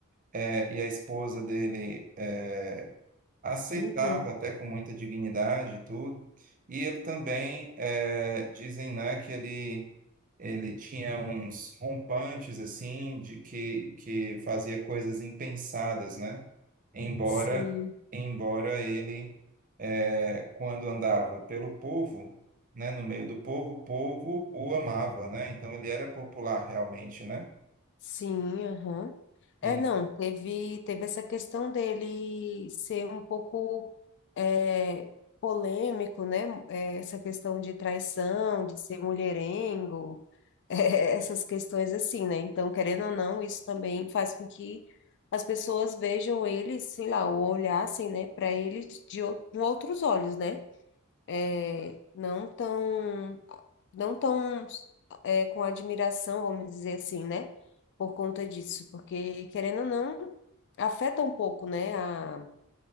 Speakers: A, on the right (about 40°); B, on the left (about 55°).
A: É, e a esposa dele. é, aceitava
B: Uhum.
A: até com muita dignidade e tudo. E ele também, eh, dizem, né, que ele, ele tinha uns rompantes, assim, de que, que fazia coisas impensadas, né? Embora,
B: Sim.
A: embora ele, eh, quando andava pelo povo, né, no meio do povo, o povo o amava, né? Então ele era popular realmente, né?
B: Sim, aham. É,
A: E-
B: não, teve, teve essa questão dele ser um pouco é, polêmico, né? É, essa questão de traição, de ser mulherengo, é, <laughs> essas questões assim, né? Então, querendo ou não, isso também faz com que as pessoas vejam ele, sei lá, ou olhassem, né, para ele de ou- com outros olhos, né? É, não tão, não tão é, com admiração, vamos dizer assim, né? Por conta disso, porque querendo ou não, afeta um pouco, né? A,